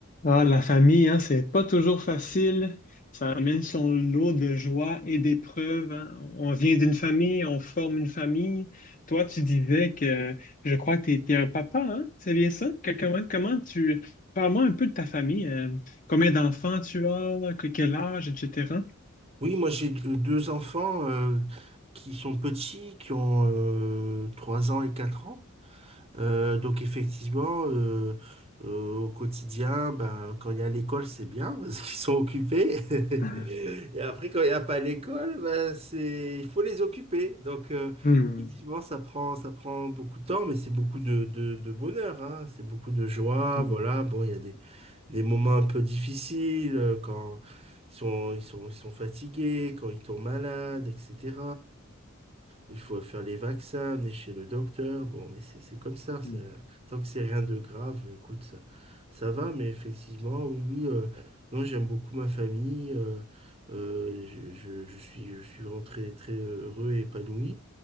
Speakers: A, on the left; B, on the right.
A: Ah, la famille, hein, c'est pas toujours facile. Ça amène son lot de joie et d'épreuves. hein. On vient d'une famille, on forme une famille. Toi, tu disais que je crois que tu es, un papa, hein? C'est bien ça? Que- comment, comment tu... Parle-moi un peu de ta famille. euh, combien d'enfants tu as, que- quel âge, etc.
B: Oui, moi j'ai deux deux enfants euh, qui sont petits, qui ont euh, 3 ans et 4 ans. Euh, donc effectivement, euh, euh, au quotidien, ben, quand il y a l'école, c'est bien parce qu'ils sont occupés. <laughs>
A: <laughs>
B: Et après, quand il n'y a pas l'école, ben, c'est... il faut les occuper. Donc euh,
A: Hmm,
B: effectivement, ça prend, ça prend beaucoup de temps, mais c'est beaucoup de, de- de bonheur, hein. C'est beaucoup de joie.
A: hmm,
B: Voilà, bon, il y a des, des moments un peu difficiles euh, quand ils sont, ils sont, ils sont fatigués, quand ils tombent malades, etc il faut faire les vaccins, amener chez le docteur. Bon, mais c'est c'est comme ça. c'est-
A: hmm,
B: Tant que c'est rien de grave, euh, écoute, ça, ça va. Mais effectivement, oui, oui. euh, non, j'aime beaucoup ma famille. euh, euh, je, je- je suis, je suis vraiment très, très heureux et épanoui.